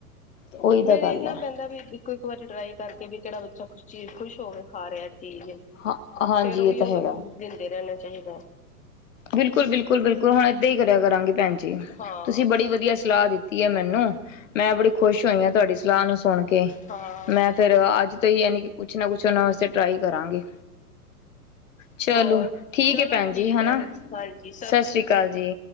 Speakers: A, on the left (about 55°); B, on the left (about 15°).
A: ਉਹੀ ਤਾਂ
B: ਵੀ ਦੇਖਣਾ
A: ਗੱਲ ਹੈ
B: ਪੈਂਦਾ ਵੀ। ਕੋਈ ਇੱਕ ਵਾਰੀ ਟਰਾਈ ਕਰਕੇ ਵੀ ਕਿਹੜਾ ਬੱਚਾ ਖੁਸ਼ ਚੀਜ਼ ਖੁਸ਼ ਹੋ ਕੇ ਖਾ ਰਿਹਾ ਚੀਜ਼।
A: ਹਾਂ ਹਾਂਜੀ
B: ਫੇਰ ਉਹੀ
A: ਇਹ ਤਾਂ
B: ਹੋ
A: ਹੈਗਾ
B: ਦਿੰਦੇ ਰਹਿਣਾ ਚਾਹੀਦਾ ਹੈ।
A: ਬਿਲਕੁਲ ਬਿਲਕੁਲ ਬਿਲਕੁਲ ਹੁਣ ਏਦਾਂ ਹੀ ਕਰਿਆ ਕਰਾਂਗੇ ਭੈਣ ਜੀ,
B: ਹਾਂ
A: ਤੁਸੀ ਬੜੀ ਵਧੀਆ ਸਲਾਹ ਦਿੱਤੀ। ਦਿੱਤੀ ਹੈ ਮੈਨੂੰ, ਮੈਂ ਬੜੀ ਖੁਸ਼ ਹੋਈ ਹਾਂ ਤੁਹਾਡੀ ਸਲਾਹ ਨੂੰ ਸੁਣ ਕੇ,
B: ਹਮ
A: ਮੈਂ ਫੇਰ ਅੱਜ। ਤੇ ਯਾਨੀ ਕਿ ਕੁਛ ਨਾ ਕੁਛ ਉਹਨਾਂ ਵਾਸਤੇ ਟਰਾਈ ਕਰਾਂਗੀ। ਚਲੋ
B: ਹੋਰ
A: ਠੀਕ
B: ਚਲੋ
A: ਹੈ ਭੈਣ ਜੀ
B: ਠੀਕ
A: ਹੈਨਾ।
B: ਹੈ ਹਾਂਜੀ।
A: ਸਤਿ ਸ਼੍ਰੀ ਅਕਾਲ ਜੀ।